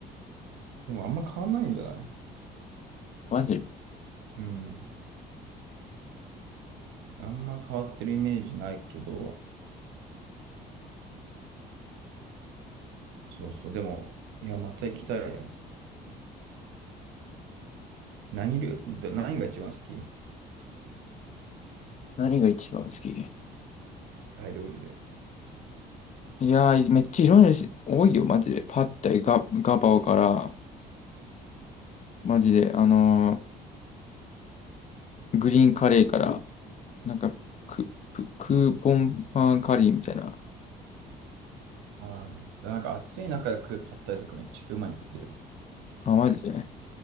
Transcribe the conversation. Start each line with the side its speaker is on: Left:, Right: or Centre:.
Right: でもあんま変わんないんじゃない
Left: マジ、
Right: うん。あんま変わってるイメージないけど。そうそう。でも、いや、また行きたいね。何料、ど何が一番好き
Left: 何が一番好き
Right: タイ料理で。
Left: いやー、めっちゃいろんな種類多いよ、マジで。パッタイ、ガ、ガパオから、マジで、あのーグリーンカレーから、なんか、ク、ク、クーポンパンカリーみたいな。
Right: ああ、なんか暑い中で食うパッタイとかめっちゃうまいんですよね。
Left: あ、マジでね。